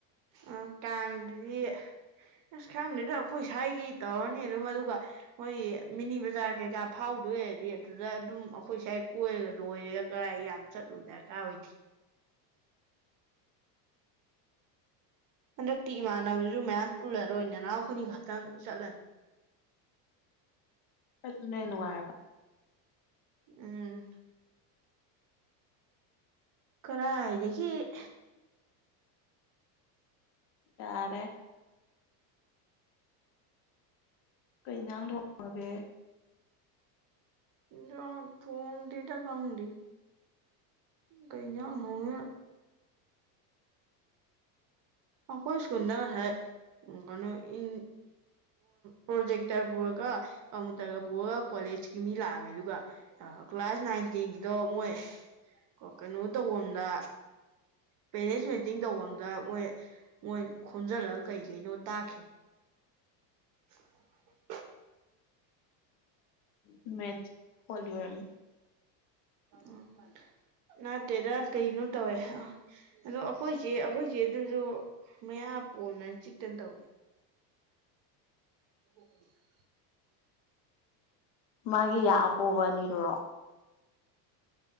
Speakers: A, on the right; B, on the left.
A: ꯑ ꯀꯥꯡꯗꯨꯗꯤ ꯑꯁ ꯈꯪꯗꯦꯗ ꯑꯩꯈꯣꯏ ꯁ꯭ꯋꯥꯏꯒꯤ ꯇꯧꯔꯅꯤ ꯑꯗꯨꯝ ꯑꯗꯨꯒ ꯍꯣꯏ ꯃꯤꯅꯤ ꯕꯖꯥꯔ ꯀꯩꯀꯥ ꯐꯥꯎꯗꯣꯏꯔꯗꯤ ꯑꯗꯨꯗ ꯑꯗꯨꯝ ꯑꯩꯈꯣꯏ ꯁꯥꯏ ꯀꯣꯏꯔꯒ ꯂꯣꯏꯔꯦꯒ ꯀꯔꯥꯏ ꯌꯥꯝ ꯆꯠꯂꯨꯕ ꯗꯔꯀꯥ ꯑꯣꯏꯗꯦ ꯍꯟꯗꯛꯇꯤ ꯏꯃꯥꯟꯅꯕꯁꯨ ꯃꯌꯥꯝ ꯄꯨꯜꯂꯔꯣꯏ ꯅꯅꯥꯎ ꯑꯩꯈꯣꯏꯅꯤ ꯈꯛꯇꯪ ꯆꯠꯂꯅꯤ
B: ꯑꯗꯨꯅꯅꯅꯨꯡꯉꯥꯏꯦꯕ
A: ꯎꯝ ꯀꯔꯥꯏꯗꯒꯤ
B: ꯌꯥꯔꯦ ꯑꯩ ꯀꯣꯏ ꯏꯟꯥꯡ ꯊꯣꯡꯉꯒꯦ
A: ꯌꯥ ꯊꯣꯡꯣꯡꯗꯤꯗ ꯈꯪꯗꯤ ꯀꯩ ꯌꯥ ꯍꯣꯡ ꯀꯣꯏ ꯏꯁꯀꯗꯁꯥꯏ ꯎ ꯀꯩꯅꯣ ꯏ ꯄ꯭ꯔꯣꯖꯦꯛꯛꯇꯔ ꯄꯨꯔꯒ ꯀꯝꯃꯨꯇꯔꯒ ꯄꯨꯒꯒ ꯀꯂꯦꯖꯀꯤꯃꯤꯂꯑꯃꯦꯔꯒ ꯑ ꯀ꯭ꯂꯥꯁ ꯅꯥꯏꯟ ꯇꯦꯟꯒꯤꯗꯣ ꯃꯣꯏ ꯀꯩꯅꯣ ꯇꯧꯕꯝꯗ ꯄꯦꯔꯦꯟꯁ ꯃꯤꯇꯤꯡ ꯇꯧꯕꯝꯗ ꯃꯣꯏ ꯃꯣꯏ ꯈꯣꯝꯖꯤꯜꯂꯒ ꯀꯩ ꯀꯩꯅꯣ ꯇꯥꯈꯤꯕ <inaudible>
B: ꯎ ꯃꯦꯠ ꯍꯣꯜꯂꯤ ꯑꯣꯏꯔ
A: ꯎꯝ ꯅꯠꯇꯦꯗ ꯀꯩꯅ ꯇꯧꯋꯦ ꯑꯗꯣ ꯑꯩꯈꯣꯏꯁꯦ ꯑꯩꯈꯣꯏꯁꯦ ꯑꯗꯨꯁꯨ ꯃꯌꯥ ꯄꯣꯝꯅ ꯆꯤꯛꯇꯅ ꯇꯧꯏꯦ <inaudible>
B: ꯃꯥꯒꯤ ꯌꯥ ꯑꯄꯣꯕ ꯑꯅꯤꯗꯨꯨꯔꯣ